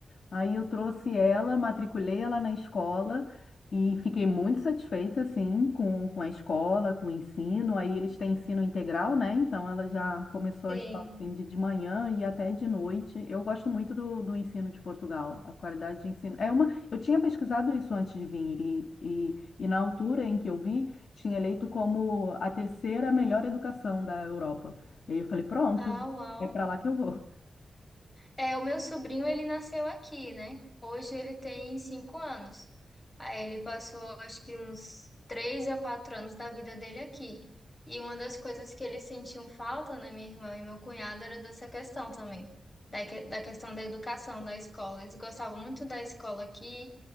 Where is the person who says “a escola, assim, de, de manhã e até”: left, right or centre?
Left